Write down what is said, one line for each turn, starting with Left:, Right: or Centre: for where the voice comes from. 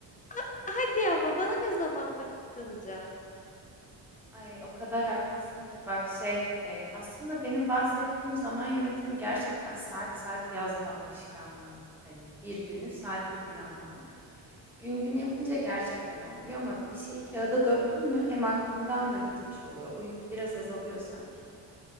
Left: <laughs> hadi ama bana ne zaman vakit kalacak?
Centre: Ay o kadar haklısın ki bak şey e, aslında benim bahsettiğim zaman yönetimi gerçekten saat saat yazma alışkanlığı. Hani bir günü saatli planlamak. Gün gün yapınca gerçekten olmuyor ama bir şeyi kağıda döktün mü hem aklından da gitmiş oluyor. O yük biraz azalıyor sanki.